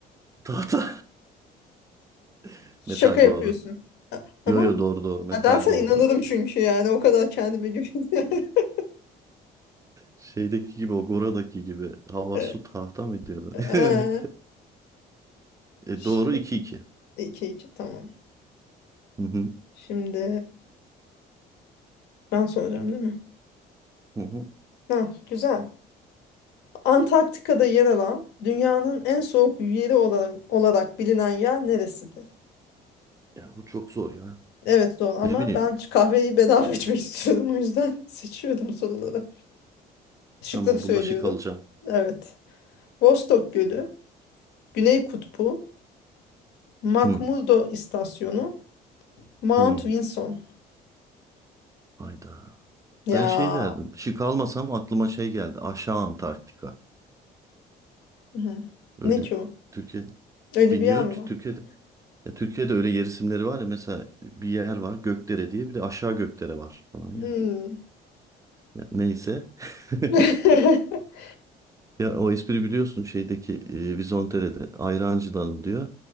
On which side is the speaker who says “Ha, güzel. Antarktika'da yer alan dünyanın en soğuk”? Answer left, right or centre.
Left